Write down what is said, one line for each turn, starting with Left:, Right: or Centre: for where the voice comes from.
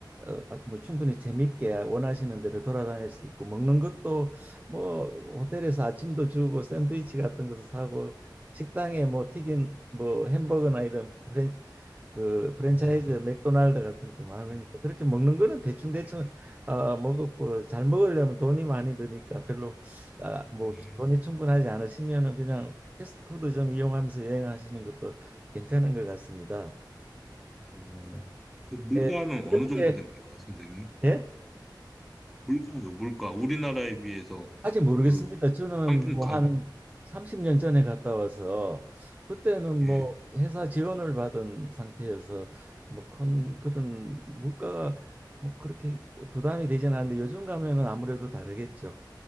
Right: 어, 아, 뭐 충분히 재밌게 원하시는 대로 돌아다닐 수 있고 먹는 것도 뭐 호텔에서 아침도 주고 샌드위치 같은 것도 사고 식당에 뭐 튀긴 뭐 햄버거나 이런 프랜 그 프랜차이즈
Centre: 아,
Right: 맥도날드 같은 것도 많으니까
Centre: 예,
Right: 그렇게 먹는 거는 대충 대충
Centre: 예,
Right: 어, 먹었고 잘 먹으려면 돈이 많이 드니까 별로 아, 뭐
Centre: 예.
Right: 돈이 충분하지 않으시면은 그냥 패스트푸드 좀 이용하면서 여행하시는 것도 괜찮은 것 같습니다.
Centre: 어, 그 물가는
Right: 예, 이렇게
Centre: 어느 정도 됩니까, 선생님?
Right: 예?
Centre: 물가요, 물가. 우리나라에 비해서
Right: 아직 모르겠습니다.
Centre: 그
Right: 저는
Centre: 상품
Right: 뭐
Centre: 가격.
Right: 한 30년 전에 갔다 와서 그때는 뭐
Centre: 예,
Right: 회사 지원을 받은 상태여서 뭐 큰 그런 물가가 뭐 그렇게 부담이 되지는 않는데 요즘 가면은 아무래도 다르겠죠.